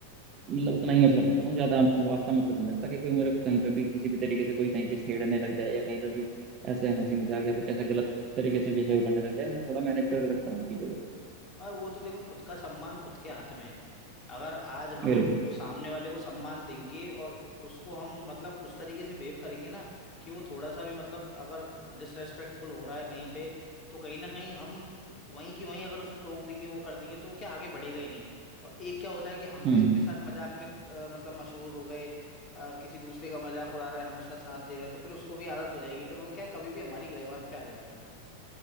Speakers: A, on the right; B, on the left.
A: मतलब उतना ही मतलब रखता हूँ ज़्यादा हमको वास्ता मतलब नहीं लगता कि कोई मेरे को कहीं पे भी किसी भी तरीके से कोई कहीं पे छेड़ने लग जाए या कहीं पे भी ऐसे हंसी मजाक या कुछ ऐसा गलत तरीके से बिहेव करने लग जाए मैं थोड़ा मैनेज करके रखता हूँ चीज़ों को
B: मैं वो तो देखो खुद का सम्मान खुद के हाथ में है अगर आज हम
A: बिल्कुल
B: सामने वाले को सम्मान देंगे और उसको हम मतलब उस तरीके से बिहेव करेंगे ना कि वो थोड़ा सा भी मतलब अगर डिसरेस्पेक्टफुल हो रहा है कहीं पे तो कहीं ना कहीं हम वहीं की वहीं अगर उसे टोक देंगे वो कर देंगे तो वो क्या आगे बढ़ेगा ही नहीं और एक क्या होता है कि हम
A: हम्म
B: भी उसके साथ मजाक में अ, मतलब मशहूर हो गए अ, किसी दूसरे का मजाक उड़ा रहा है हम उसका साथ दे रहे हैं तो फिर उसको भी आदत हो जाएगी फिर वो क्या है, कभी भी हमारी गिरबान पे आ जाएगा